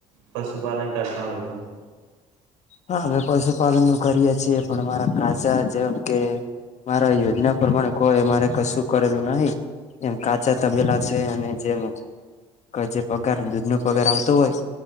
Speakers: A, on the right; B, on the left.
A: પશુપાલન કરતા હોય તો
B: હા અમે પશુપાલન નું કરીએ છીએ પણ મારા કાચા જેમ કે મારા યોજના પ્રમાણે કોઈ મારે કશું કરેલું નહી એમ કાચા તબેલા છે. અને જેમ જે પગાર દૂધ ન પગાર આવતો હોય